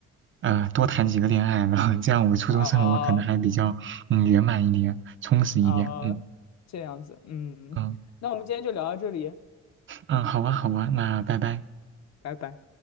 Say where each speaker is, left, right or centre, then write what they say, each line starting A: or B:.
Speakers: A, on the right; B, on the left.
A: 呃多谈几个恋爱然后 <laughs> 这样我初中生活可能还比较嗯圆满一点，
B: 啊
A: 充实一点，
B: 啊，
A: 嗯
B: 这样子，嗯，
A: 嗯
B: 那我们今天就聊到这里，
A: 嗯，好啊好啊，那拜拜。
B: 拜拜。